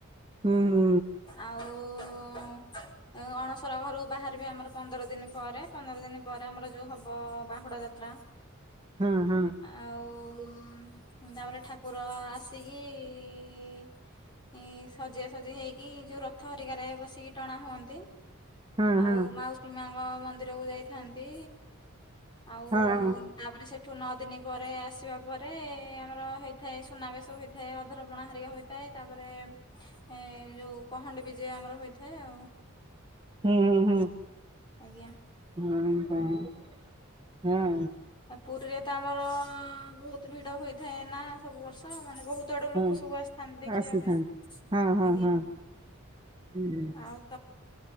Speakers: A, on the right; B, on the left.
A: ହୁଁ ହୁଁ।
B: ଆଉ ଉଁ ଏ ଉ ଅଣସର ଘରୁ ବାହାରିବେ ଆମର ପନ୍ଦର ଦିନି ପରେ ପନ୍ଦର ଦିନି ପରେ ଆମର ଯୋଉ ହବ ବାହୁଡା ଯାତ୍ରା।
A: ହଁ ହଁ।
B: ଆଉ ଉଁ ହୁଁ ତାପରେ ଠାକୁର ଆସିକି ଇଁ ସଜିଆ ସଜି ହେଇକି ଯୋଉ ରଥ ହେରିକାରେ ବସିକି ଟଣା ହୁଅନ୍ତି।
A: ହଁ ହଁ ହଁ
B: ଆଉ
A: ହଁ
B: ମାଉସୀ ମାଆଙ୍କ ମନ୍ଦିରକୁ ଯାଇଥାନ୍ତି ଆଉ
A: ହଁ
B: ତାପରେ ସେଠୁ ନଅ ଦିନି ପରେ ଆସିବା ପରେ ଆମର ହେଇଥାଏ ସୁନାବେଶ ହୋଇଥାଏ ଅଧରପଣା ହେରିକା ହୋଇ ତାଏ ତାପରେ ଏ ଯୋଉ ପହଣ୍ଡି ବିଜେ ଆମର ହୋଇଥାଏ ଆଉ।
A: ହୁଁ ହୁଁ।
B: ଆଜ୍ଞା।
A: ହଁ ହଁ। ହଁ।
B: ଆ ପୁରୀରେ ତ ଆମର ଅଁ ବୋହୁତ ଭିଡ ହୋଇଥାଏ ନା ସବୁ ବର୍ଷ ମାନେ ବୋହୁତ ତେ ଆଡୁ ଲୋକ
A: ହଁ
B: ସବୁ ଆସିଥାଆନ୍ତି ଦେଖିଆ
A: ଆସିଥାନ୍ତି
B: ପାଇଁ
A: ହଁ ହଁ
B: ଆଜ୍ଞା
A: ହଁ ହୁଁ
B: ଆଉ